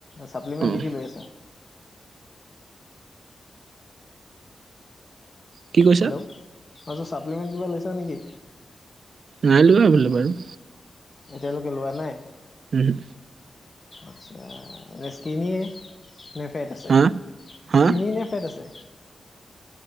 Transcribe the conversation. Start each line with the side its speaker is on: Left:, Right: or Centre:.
Left: চাপ্লিমেণ্ট
Right: অ',
Left: কি কি লৈ আছা?
Right: কি কৈছা?
Left: হেল্ল', অ বোলো চাপ্লিমেণ্ট কিবা লৈছা নে কি?
Right: নাই লোৱা সেইবিলাক বাৰু।
Left: এতিয়ালৈকে লোৱা নাই?
Right: উমহু।
Left: আচ্ছা স্কিনিয়ে নে ফেট আছে
Right: হা? হা?
Left: স্কিনি নে ফেট আছে?